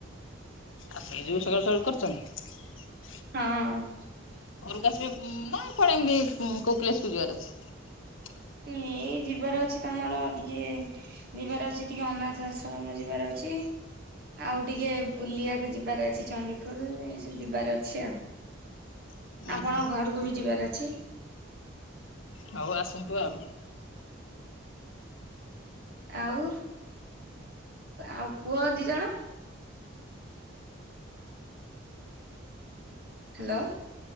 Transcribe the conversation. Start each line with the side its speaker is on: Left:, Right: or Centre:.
Left: ଆଉ ସେଇ ଯୋଗୁ ସକାୁଳୁ ସକାୁଳୁ କରୁଛନ୍ତି।
Right: ହଁ।
Left: ମା କଣ ଏମତି କୋଉ ପସକୁ ଯିବାର ଅଛି।
Right: ଏଇ ଯିବାର ଅଛି ତମର ଟିକେ ଯିବାର ଅଛି ଟିକେ ଅନାଥ ଆଶ୍ରମ ଯିବାର ଅଛି ଆଉ ଟିକେ ବୁଲଆକୁ ଯିବାର ଅଛି ଚଣ୍ଡିଖୋଲ ଏ ସବୁ ଯିବାର ଅଛି ଆଉ
Left: ଉୁଁ
Right: ଆପଣ
Left: ହୁଁ
Right: ଘରକୁ ବି ଯିବାର ଅଛି
Left: ହଉ ଆସନ୍ତୁ ଆଉ
Right: ଆଉ ଆଉ ପୁଅ ଦି ଜଣ ହ୍ୟାଲୋ